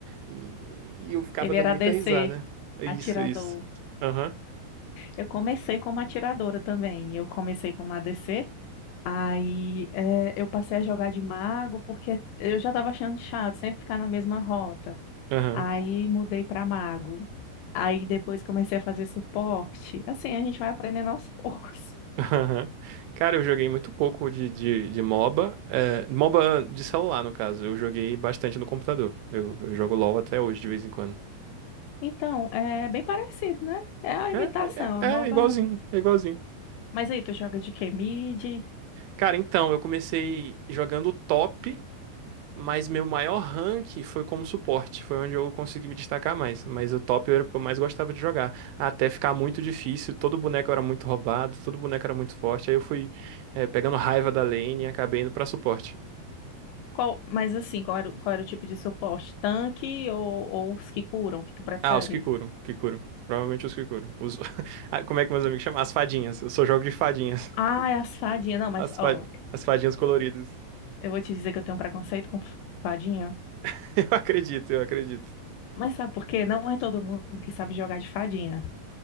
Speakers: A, on the right; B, on the left.
A: E, e eu ficava
B: Ele
A: dando
B: era
A: muita
B: ADC,
A: risada. Isso,
B: atirador.
A: isso. Aham,
B: Eu comecei como atiradora também. Eu comecei como ADC. Aí eh, eu passei a jogar de mago porque eu já estava achando chato sempre ficar na mesma rota.
A: aham.
B: Aí mudei para mago. Aí depois comecei a fazer suporte. Assim, a gente vai aprendendo aos <laughs> poucos.
A: Aham. Cara, eu joguei muito pouco de, de, de MOBA. é, MOBA de celular, no caso. Eu joguei bastante no computador. Eu, eu jogo LOL até hoje, de vez em quando.
B: Então, é bem parecido, né? É a imitação,
A: É, é,
B: é
A: é
B: uma oba-
A: é igualzinho, é igualzinho.
B: Mas aí, tu joga de quê? Mid?
A: Cara, então, eu comecei jogando top, mas meu maior rank foi como suporte. Foi onde eu consegui me destacar mais. Mas o top era o que eu mais gostava de jogar. Até ficar muito difícil, todo boneco era muito roubado, todo boneco era muito forte. Aí eu fui, é, pegando raiva da lane e acabei indo pra suporte.
B: Qual... Mas assim, qual era, o- qual era o tipo de suporte? Tanque ou, ou os que curam, que tu prefere?
A: Ah, os que curam, que curam. Provavelmente os que curam. Os... <laughs> Ah, Como é que meus amigos chamam? As fadinhas. Eu só jogo de fadinhas.
B: Ah, é as fadinhas. Não, mas
A: As, fa...
B: ó,
A: As fadinhas coloridas.
B: eu vou te dizer que eu tenho um preconceito com fadinha.
A: <laughs> Eu acredito, eu acredito.
B: Mas sabe por quê? Não é todo mundo que sabe jogar de fadinha.